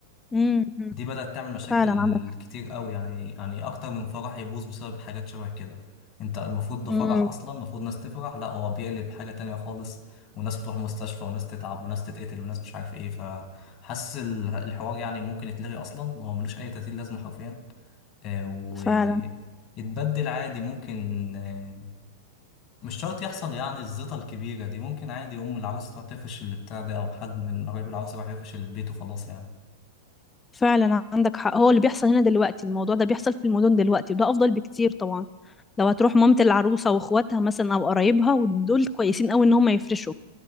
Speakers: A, on the left; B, on the left.
A: امم
B: دي بدأت تعمل مشاكل
A: فعلا عندك
B: كتير قوي يعني يعني أكتر من فرح يبوظ بسبب حاجات شبه كده انت المفروض ده
A: امم
B: فرح اصلا المفروض ناس تفرح لا هو بيقلب حاجة تانية خالص وناس بتروح مستشفى وناس تتعب وناس تتقتل وناس مش عارف ايه فحاسس ال- الحوار يعني ممكن يتلغي اصلا هو ملوش اي تأثير لازمة حرفيا آه، ويتبدل
A: فعلا
B: عادي ممكن آه، مش شرط يحصل يعني الزيطة الكبيرة دي ممكن عادي أم العروس تروح تفرش اللي بتاع ده أو حد من قرايب العروس يروح يفرش البيت وخلاص يعني
A: فعلا عندك حق هو اللي بيحصل هنا دلوقتي الموضوع ده بيحصل في المدن دلوقتي وده أفضل بكتير طبعا لو هتروح مامة العروسة واخواتها مثلا أو قرايبها ودول كويسين قوي إن هم يفرشوا